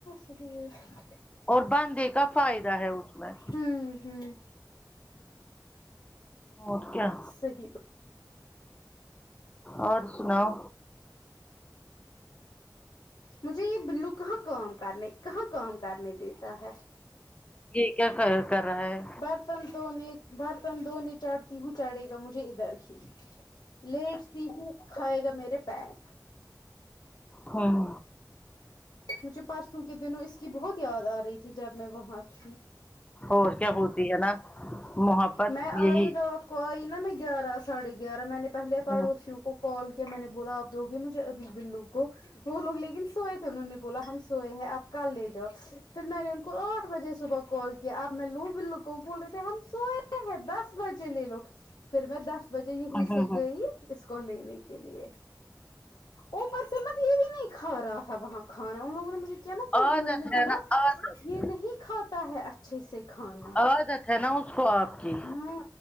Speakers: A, on the left; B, on the left.
A: جی
B: اور بندے کا فائدہ ہے اس میں
A: ہوں ہوں
B: اور کیا
A: صحیح
B: اور سناؤ
A: مجھے یہ بلو کہاں کام کرنے کہاں کام کرنے دیتا ہے
B: یہ کیا کر کر رہا ہے
A: برتن دھونے برتن دھونے چڑھتی ہوں چڑھے گا مجھے ادھر ہی لیٹتی ہوں کھائے گا میرے پیر
B: ہوں
A: مجھے پرسوں کے دنوں اس کی بہت یاد آ رہی تھی جب میں وہاں تھی
B: اور کیا ہوتی ہے نا محبت
A: میں آئی
B: یہی
A: رات کو آئی نا میں گیارہ ساڑھے گیارہ میں نے پہلے پڑوسیوں
B: ہوں
A: کو کال کیا میں نے بولا آپ دو گے مجھے ابھی بلو کو وہ لوگ لیکن سوئے تھے انہوں نے بولا ہم سوئے ہیں آپ کل لے جاؤ پھر میں نے ان کو آٹھ بجے صبح کال کہ آپ میں لوں بلو کو بول رہے تھے ہم سوئے ہیں دس بجے لے لو پھر میں دس بجے یہیں
B: ہوں
A: سے
B: ہوں
A: گئی اس کو لینے کے لیے اوپر سے مت یہ بھی نہیں کھا رہا تھا وہاں کھانا ان لوگوں نے مجھے کیا نا فون
B: عادت
A: لوگوں نے بولا
B: ہے نا عادت
A: یہ نہیں کھاتا ہے اچھے سے کھانا
B: عادت ہے نا اس کو آپ کی
A: ہاں